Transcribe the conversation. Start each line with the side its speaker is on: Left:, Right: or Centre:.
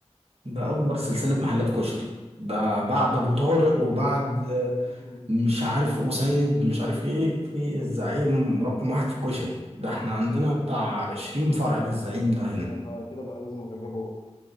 Right: ده أكبر سلسلة محلات كشري ده بعد أبو طارق وبعد آه،
Left: مم.
Right: مش عارف وسيد مش عارف إيه في الزعيم رقم واحد في الكشري ده
Left: مم.
Right: احنا عندنا بتاع عشرين فرع للزعيم ده هنا
Left: لا لا كده بقى لازم اجربه